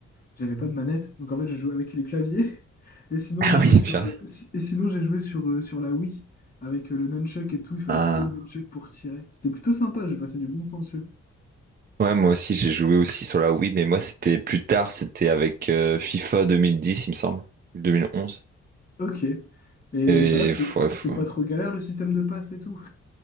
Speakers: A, on the left; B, on the right.
A: J'avais pas de manette, donc en fait j'ai joué avec les claviers. <laughs> Et sinon
B: Ah
A: j'ai joué
B: oui
A: sur
B: purée.
A: euh, si- et sinon j'ai joué sur, euh, sur la Wii avec euh, le nunchuck et tout. Il fallait
B: Ah.
A: secouer le nunchuck pour tirer. C'était plutôt sympa. J'ai passé du bon temps dessus.
B: Ouais, moi aussi, j'ai joué aussi sur la Wii, mais moi, c'était plus tard, c'était avec euh, FIFA 2010, il me semble, 2011.
A: Ok. Et euh,
B: Et
A: ça va, c'était
B: faut- ouais,
A: c'était
B: faut-
A: pas trop galère le système de passe et tout.